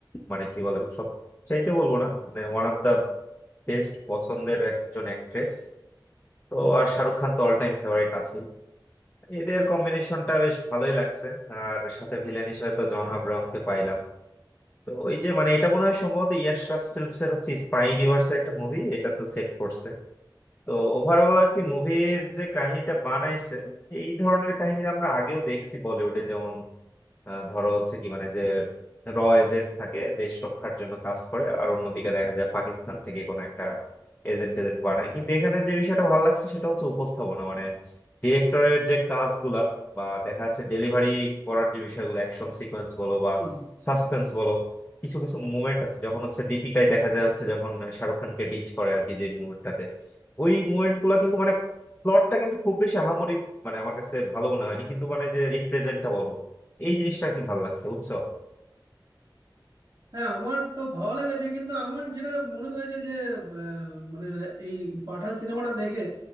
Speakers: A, on the left; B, on the right.
A: মানে কি বলে সব চাইতে বলবো না মানে ওয়ান অফ দা বেস্ট পছন্দের একজন অ্যাক্ট্রেস তো আর শাহরুখ খান তো অল টাইম ফেভারিট আছেই এদের কম্বিনেশনটা বেশ ভালোই লাগছে আর সাথে ভিলেন হিসেবে তো জন আব্রাহামকে পাইলাম তো ওই যে মানে এটা মনে হয় সম্ভবত ইয়াশ রাজ ফিল্মস এর হচ্ছে স্পাই ইউনিভার্সের একটা মুভি এটা তো সেট করছে তো ওভারঅল আর কি মুভির যে কাহিনীটা বানাইছে এই ধরনের কাহিনী আমরা আগেও দেখছি বলিউডে যেমন আহ, ধরো হচ্ছে কি মানে যে র এজেন্ট থাকে দেশ রক্ষার জন্য কাজ করে আর অন্যদিকে দেখা যায় পাকিস্তান থেকে কোনো একটা এজেন্ট এজেন্ট বানায় কিন্তু এখানে যে বিষয়টা ভালো লাগছে সেটা হচ্ছে উপস্থাপনা মানে ডিরেক্টরের যে কাজগুলা বা দেখা যাচ্ছে ডেলিভারি করার যে বিষয়গুলো অ্যাকশন সিকোয়েন্স বলো বা
B: হুম।
A: সাসপেন্স বলো কিছু কিছু মুভমেন্ট আছে যখন হচ্ছে দীপিকায় দেখা যায় হচ্ছে যখন শাহরুখ খানকে ডিচ করে আর কি যে মুভমেন্টটাতে ওই মুভমেন্ট গুলা কিন্তু মানে প্লটটা কিন্তু খুব বেশি আহামরি মানে আমার কাছে ভালো মনে হয়নি কিন্তু মানে যে রিপ্রেজেন্টটা বলো এই জিনিসটা আর কি ভালো লাগছে বুঝছো
B: হ্যাঁ আমার তো ভালো লেগেছে কিন্তু আমার যেটা মনে হয়েছে যে আহ, মানে এই পাঠান সিনেমাটা দেখে